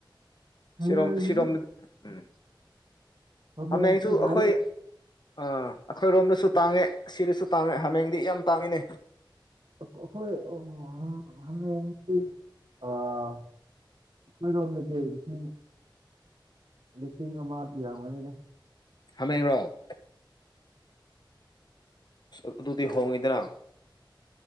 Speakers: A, on the right; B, on the left.
A: ꯍꯥꯃꯦꯡꯗꯤ
B: ꯁꯤꯔꯣꯝ ꯁꯤꯔꯣꯝꯗꯗꯤ ꯎꯝ
A: ꯍꯥꯃꯦꯡꯁꯦ
B: ꯍꯥꯃꯦꯡꯁꯨ
A: ꯅꯥꯏꯟꯇꯤꯗ
B: ꯑꯩꯈꯣꯏ ꯑꯥ ꯑꯩꯈꯣꯏꯔꯣꯝꯗꯁꯨ ꯇꯥꯡꯉꯦ ꯁꯤꯗꯁꯨ ꯇꯥꯡꯉꯦ ꯍꯥꯃꯦꯡꯗꯤ ꯌꯥꯝ ꯇꯥꯡꯉꯤꯅꯦ
A: <unintelligible> ꯑꯩꯈꯣꯏꯔꯣꯝꯗꯗꯤ ꯂꯤꯁꯤꯡ ꯂꯤꯁꯤꯡ ꯑꯃ ꯄꯤꯔꯝꯒꯅꯤꯗ
B: ꯍꯥꯃꯦꯡꯔꯣ ꯑꯁ ꯑꯗꯨꯗꯤ ꯍꯣꯡꯉꯤꯗꯅ